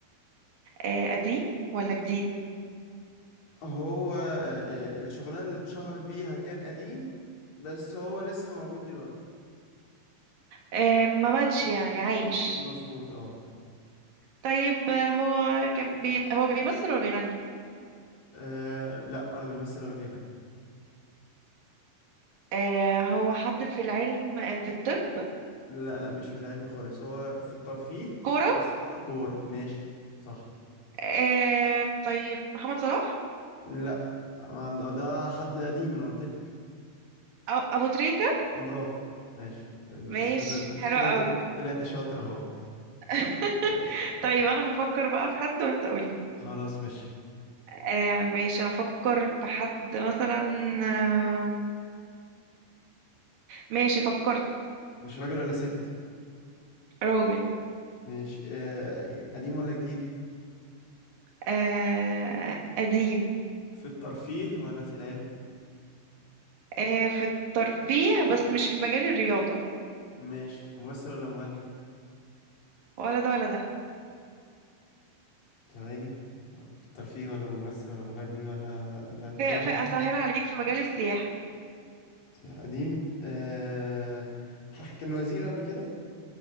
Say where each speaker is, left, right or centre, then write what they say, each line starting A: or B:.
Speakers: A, on the right; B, on the left.
A: آه، قديم ولا جديد
B: هو آه آه الشغلانه اللي اتشهر بيها كان قديم بس هو لسه موجود دلوقتي
A: آه، ما ماتش يعني عايش
B: مظبوط اه
A: طيب آه، هو كان بي... هو بيمثل ولا بيغني
B: آه، لا ولا بيمثل ولا بيغني
A: آه هو حد في العلم آه، في الطب
B: لا لا مش في العلم خالص هو في الترفيه
A: كورة
B: بس كوره ماشي صح
A: آه طيب محمد صلاح
B: لا ما ده حد قديم انا قلت لك
A: أو أبو تريكة
B: برافو ماشي ده
A: ماشي
B: تش- ده طلعت
A: حلو قوي
B: طلعت شاطر اهو
A: <laughs>
B: ماشي
A: طيب أنا هفكر بقى في حد وأنت قولي
B: خلاص ماشي
A: آه ماشي هفكر في حد مثلا آه ماشي فكرت
B: مش راجل ولا ست
A: راجل
B: ماشي آه، قديم ولا جديد
A: آه قديم
B: في الترفيه ولا في العلم
A: آه في الترفيه بس مش في مجال الرياضة
B: ماشي ممثل ولا مغني
A: ولا ده ولا ده
B: تغني في الترفيه ولا ممثل ولا مغني ولا لاعب كورة
A: في, في أسهل عليك في مجال السياحة
B: زي قديم آه، <laughs> ح- كان وزير قبل كده